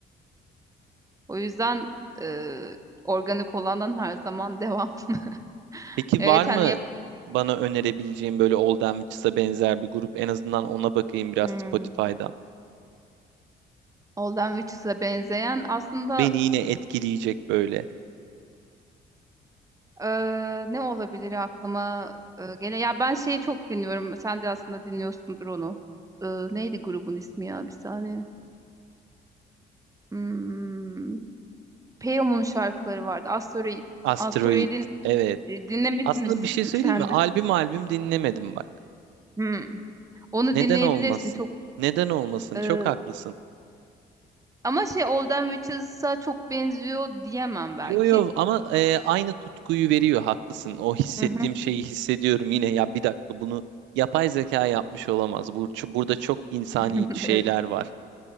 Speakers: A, on the right; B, on the right.
A: O yüzden e, organik olandan her zaman devam. <laughs>
B: Peki
A: Evet
B: var mı
A: hani yap
B: bana önerebileceğin böyle Olden Witches'a benzer bir grup? En azından ona bakayım biraz
A: hmm.
B: Spotify'dan.
A: Old and Witches'e benzeyen aslında
B: Beni yine etkileyecek böyle.
A: Ee, ne olabilir aklıma e, gele? Ya ben şeyi çok dinliyorum. Sen de aslında dinliyorsundur onu. Ee, neydi grubun ismi ya bir saniye. Hmm, Peyam'ın şarkıları vardı. Asteroid.
B: Asteroid.
A: Asteroid'in
B: Evet.
A: e, dinlemişsindir
B: Aslında
A: sık
B: bir şey
A: sık
B: söyleyeyim
A: sen
B: mi? Albüm
A: de.
B: albüm dinlemedim bak.
A: Hmm. Onu
B: Neden
A: dinleyebilirsin
B: olmasın?
A: çok.
B: Neden olmasın?
A: e,
B: Çok haklısın.
A: ama şey Old and Witches'a çok benziyor diyemem belki.
B: Yo yo ama e, aynı tutkuyu veriyor haklısın. O hissettiğim
A: Hı hı.
B: şeyi hissediyorum yine. Ya bir dakika bunu yapay zeka yapmış olamaz. Bu, ç- burada çok insani
A: <laughs>
B: şeyler
A: Evet.
B: var.